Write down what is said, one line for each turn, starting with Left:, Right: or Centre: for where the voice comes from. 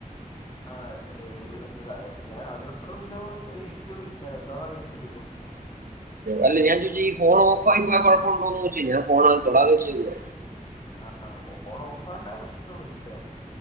Left: <inaudible>
Right: അല്ല ഞാ ചോയ്ച്ചേ ഈ ഫോണോഫായി പോയ കൊഴപ്പുണ്ടോന്ന് ചോയ്ച്ചി ഞാ ഫോണ് തൊടാതെ വെച്ചേക്കുവ
Left: ആ ആ ഫോണോഫായ പ്രശനൊന്നുല്ല